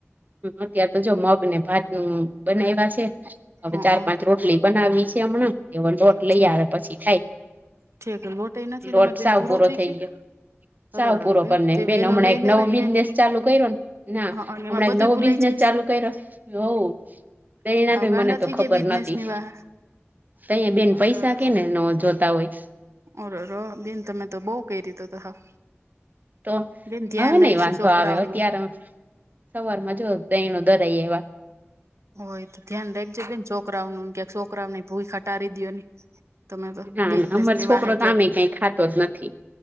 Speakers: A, on the right (about 40°); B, on the right (about 85°).
A: અત્યારે તો જો મગ ને ભાત નું બનાવ્યા છે
B: ને
A: હવે ચાર પાંચ રોટલી.... બનાવી છે હમણાં એ લોટ
B: હ
A: લઈ આવે પછી થાય...
B: ઠીક લોટ એ નથી
A: લોટ
B: તમારે બેન
A: સાવ પૂરો
B: થઈ
A: થઇ ગયો.
B: ગયો
A: સાવ
B: અરર
A: પૂરો કરી નાખ્યું,
B: તે
A: બેન
B: વેલો
A: હમણાં
B: લઈ
A: એક
B: લેવાય
A: નવો
B: ને
A: બિઝનેસ
B: બેન
A: ચાલુ કર્યોને ના-
B: હ અને
A: હમણાં
B: એમાં બધું
A: નવો
B: ભૂલાઈ
A: બિઝનેસ
B: જઈશ
A: ચાલુ કર્યો? હોવ. દણાને
B: તે હાવ ગાંડા
A: મને તો
B: થઈ
A: ખબર
B: ગયા બિઝનેસ
A: નતી,
B: ની વાહે
A: તૈય બેન
B: અરર
A: પૈસા કેને નો જોત- <unintelligible>
B: અરર ર બેન તમે તો બહું કઇરી તમે તો તો હાવ
A: તો,
B: બેન ધ્યાન
A: હવે નહી
B: રાખજો
A: વાંધો
B: છોકરાઓનું
A: આવે, અત્યારે સવારમાં જો દયણું દરાઈ આવ્યા.
B: ઓય તો ધ્યાન રાખજે બેન છોકરાઓ નું ક્યાક છોકરાઓને ભૂયખા ટારી દો નઈ. તમે તો
A: ના
B: બિઝનેસની
A: ના અમાર છોકરો
B: વાહે
A: તો
B: ક્યાંક
A: આમે કઈ ખાતો જ નથી